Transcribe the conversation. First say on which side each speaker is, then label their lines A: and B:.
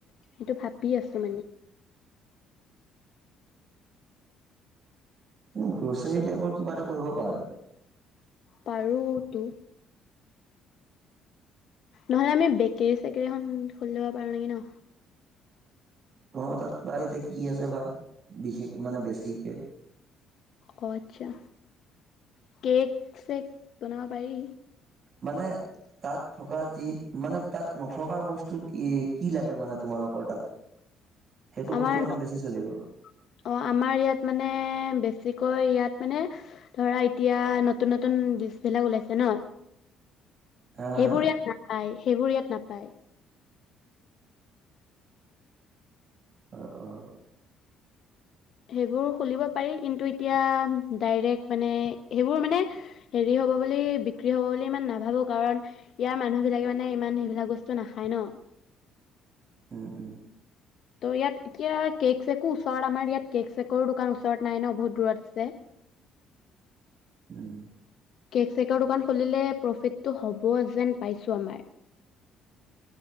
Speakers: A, on the left; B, on the right.
A: সেইটো ভাবি আছো মানে।
B: তুমি গ্ৰ'চাৰী টাইপৰ কিবা এটা কৰিব পাৰা আৰু।
A: পাৰো টো। নহ'লে আমি বেকেৰী-চেকৰী এখন খুলি ল'ব পাৰো নেকি, ন?
B: তোমালোক' তাত বা এতে কি আছে বা বিশেষ মানে বেছিকে।
A: অ, আচ্ছা। কেক-চেক বনাব পাৰি।
B: মানে তাত থকা যি মানে তাত নথকা বস্তু কি কি লাগে মানে তোমালোকৰ তাত? সেইটো
A: আমাৰ
B: বস্তু মানে
A: অ,
B: বেছি চলিব
A: আমাৰ ইয়াত মানে বেছি বেছিকৈ ইয়াত মানে ধৰা এতিয়া নতুন নতুন ডিছ বিলাক ওলাইছে ন।
B: হা
A: সেইবোৰ
B: হা হা
A: ইয়াত পায়। সেইবোৰ ইয়াত নাপায়।
B: অ, অ।
A: সেইবোৰ খুলিব পাৰি কিন্তু এতিয়া ডাইৰেক্ট মানে সেইবোৰ মানে হেৰি হ'ব বুলি বিক্ৰী হব বুলি ইমান নাভাবো কাৰণ ইয়াৰ মানুহ বিলাকে মানে ইমান সেইবিলাক বস্তু নাখায় ন।
B: উম, উম।
A: ত' ইয়াত এতিয়া কেক-চেকো ওচৰত আমাৰ ইয়াত কেক-চেকৰো দোকান ওচৰত নাই ন, বহুত দূৰত আছে।
B: উম।
A: কেক-চেকৰ দোকান খুলিলে প্ৰফিটটো হ'ব যেন পাইছোঁ আমাৰ